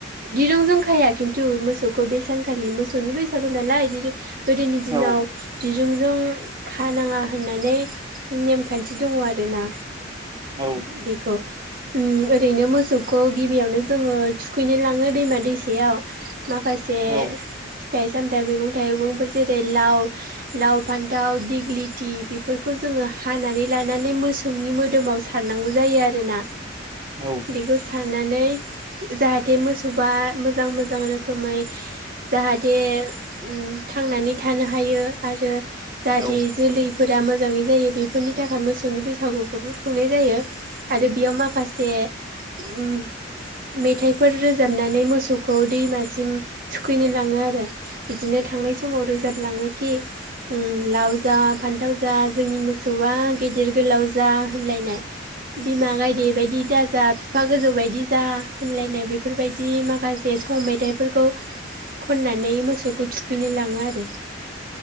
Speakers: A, on the right; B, on the right.
A: दिरुंजों खाया खिन्थु मोसौखौ बे सानखालि मोसौनि बैसागु नालाय लाय दिरु गोदोनि दिनाव
B: औ
A: दिरुंजों खानाङा होननानै उम नेमखान्थि दङ आरो ना
B: औ
A: बेखौ उम ओरैनो मोसौखौ गिबियावनो जोङो थुखैनो लाङो दैमा दैसायाव माखासे
B: औ
A: फिथाइ सामथाइ मैगं थाइगंफोर जेरै लाव लाव फान्थाव दिग्लिथि बेफोरखौ जोङो हानानै लानानै मोस सौनि मोदोमाव सारनांगौ जायो आरोना
B: औ
A: बेखौ सारनानै ओ जाहाथे मोसौ बा मोजां मोजां रोखोमै जाहाथे उम थांनानै थानो हायो आरो जाहाथे
B: औ
A: जोलैफोरा आ‌ मोजांङै जायो बेफोरनि थाखाय मोसौनि बैसागुखौबो खुंनाय जायो आरो बेयाव माखासे उम मेथाइफोर रोजाबनानै मोसौखौ दैमासिम थुखैनो लाङो आरो बिदिनो थांनाय समाव रोजाब लाङो खि उम लाव जा फान्थाव जा जोंनि मोसौआ गेदेर गोलाव जा होनलायनाय बिमा गायदे बायदि दाजा फिफा गोजौ बायदिज जा होनलायनाय बेफोरबायद दि माखासे सं मेथायफोरखौ खननानै मोसौखौ थुखैनो लाङो आरो